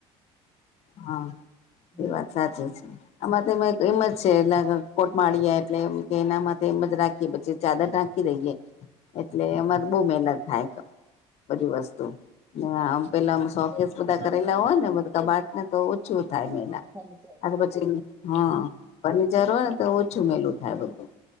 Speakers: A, on the left (about 55°); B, on the right (about 20°).
A: હા.
B: બોલો
A: એ વાત સાચી છે. અમારે તો એમ જ-એમ જ છે એટલે કોટ માળીયા એટલે એમ કે એનામાં તો એમ જ રાખીએ પછી ચાદર ઢાંકી દઈએ, એટલે અમારે બહુ મહેનત
B: હા
A: થાય. બધી વસ્તુ. ને આમ પેલા સોકશ બધા કરેલા હોય ને બધું કબાટ ને તો ઓ છું થાય મહેનત.
B: ફર્નિચર
A: આ તો પછી, હા. ફર્નિચર હોય ને તો ઓછું મેલું થાય બધું.